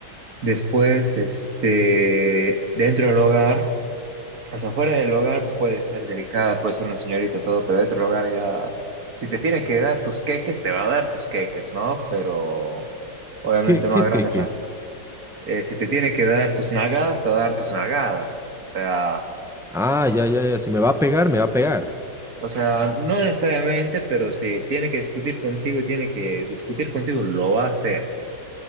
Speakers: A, on the right; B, in the centre.
A: Después, este, dentro del hogar. O sea, fuera del hogar puede ser delicada, puede ser una señorita, todo, pero dentro del hogar ya, si te tiene que dar tus queques, te va a dar tus queques, ¿no? Pero obviamente
B: ¿Qué, qué
A: no a
B: es
A: grandes
B: que qué?
A: ra- eh, si te tiene que dar tus nalgadas, te va a dar tus nalgadas. O sea,
B: Ah, ya, ya, ya. Si me va a pegar, me va a pegar.
A: o sea, no necesariamente, pero si tiene que discutir contigo y tiene que discutir contigo, lo va a hacer.